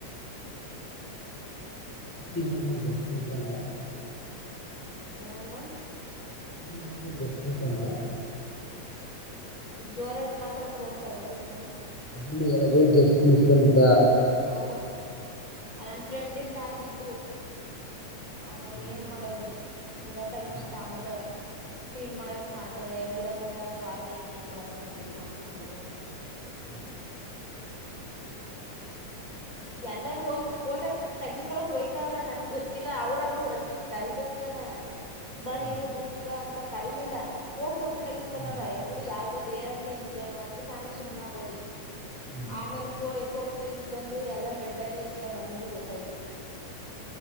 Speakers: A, in the centre; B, on the left.
A: <inaudible> ಲ್ಟ
B: ಏನಮ್ಮ
A: ನಿಂಗೂ ಗೊತ್ ಐತು ಅಂತಾ
B: ಜೋರಾಗಿ ಮಾತಾಡು ಫೋನ್ ಕರೆಕ್ಟಗಿ ಇಡ್ಕೊಂಡು
A: ಅದನ್ನ ಹೇಳೋದು ಜಸ್ಟ್ ಮಿಸ್ ಅಂತ
B: ಹೂ ಆ ನನ್ನ ಫ್ರೆಂಡಿಂದ ಆಗಿದು ಆ
A: ಹ್ಮ್
B: ಏನ್ ಮಾಡೋದು ಬುಡು ತಗೊಂಡ್ಬಿಟ್ಟ
A: ಆ
B: ಆಮೇಲೆ ಫೀಲ್ ಮಾಡಷ್ಟ್ ಮಾಡ್ಕಂದ್ರೆ ಬುಡತ್ತಗ ವಾಸ ಇನ್ ಏನ್ ಮಾಡಾಕೋದು ಅಂದ್ಬಿಟ್ಟು ನಾನೇ ಸುಮ್ನಾಗೋದು
A: ಹೂ
B: ಎಲ್ಲರೂ ಹೋಗಿ ಫೋಟೋ ತಗಸ್ಕಳಕ್ ಹಯ್ತಾವ್ರ ನನಗ್ ಗೊತ್ತಿಲ್ಲ ಅವ್ರಾರರು ಅಟ್ಲೀಸ್ಟ್ ಕರೀಬೇಕು ತಾನೆ
A: ಹ್ಮ್
B: ಬಾ ನೀನು ಗ್ರೂಪ್ ಅಂತ ಕರಿನಿಲ್ಲ ಹೋಗ್ ಫೋಟೋ ತಗಸ್ಕತವ್ರ
A: ಹ್ಮ್ ಹ್ಮ್
B: ಇಬಡು ಯಾವ್ದ ಬೇರೆ ಟೀಮ್ ದೇನೋ ಅಂದಬಟ್ಟು ನಾನು ಸುಮ್ಾಗ ಓದಿ
A: ಹ್ಮ್
B: ಆಮೇಲೆ ಫೋಟೋ ತಗ ಇಸ್ಕೊಂಡು ಎಲ್ಲಾ ಮೆಡ್ಲೆಲ್ಲ ಇಸ್ಕಾ ಬಂದ್ಮೇಲ್ ಗೊತ್ತಾಯ್ತು